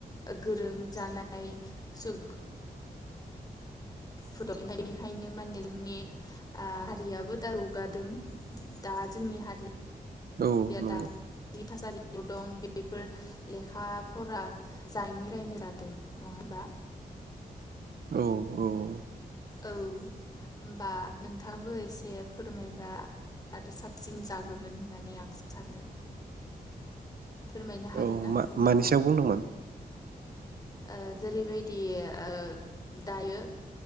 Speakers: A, on the left; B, on the right.
A: गोरों जानाय सु फद बेनिखायनो माने जोंनि हारियाबो दा रगादों दा जोंनि हारिया
B: औ
A: रिया
B: नंगौ
A: दा थासारियाव दं बेफोर लेखाफोरा जायैनि रायनो जादों नङा होनबा?
B: औ औ
A: औ होनबा नोंथाङाबो एसे फोरमायबा आरो साबसिन जागौमोन होननानै आं सानो फोरमायनो हागोन
B: औ
A: ना?
B: मा-मानि
A: नोंथाङा
B: सायाव बुंदोंमोन
A: ओ जेरैबायदि ओ दायो